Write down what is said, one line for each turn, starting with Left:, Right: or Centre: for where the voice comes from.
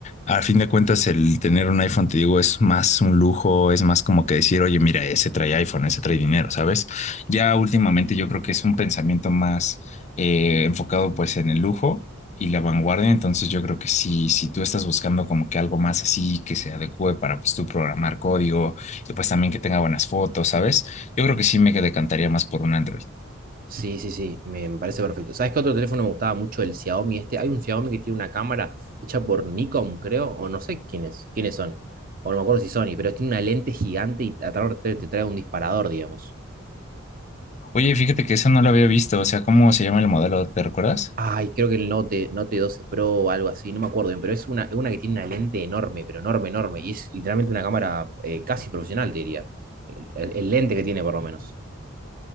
Left: A fin de cuentas, el tener un iPhone, te digo, es más un lujo, es más como que decir, oye, mira, ese trae iPhone, ese trae dinero, ¿sabes? Ya últimamente yo creo que es un pensamiento más eh, enfocado pues en el lujo y la vanguardia, entonces yo creo que si, si tú estás buscando como que algo más así, que se adecue para pues tú programar código y pues también que tenga buenas fotos, ¿sabes? Yo creo que sí me decantaría más por un Android.
Right: Sí, sí, sí, me, me parece perfecto. ¿Sabes qué otro teléfono me gustaba mucho? El Xiaomi este. Hay un Xiaomi que tiene una cámara hecha por Nikon, creo, o no sé quiénes, quiénes son, o no me acuerdo si Sony, pero tiene una lente gigante y atrás te te trae un disparador, digamos.
Left: Oye, fíjate que esa no la había visto, o sea, ¿cómo se llama el modelo? ¿Te recuerdas?
Right: Ay, creo que el Note, Note 12 Pro o algo así, no me acuerdo bien, pero es una, es una que tiene una lente enorme, pero enorme, enorme. Y es literalmente una cámara eh, casi profesional, te diría. El, el- el lente que tiene, por lo menos.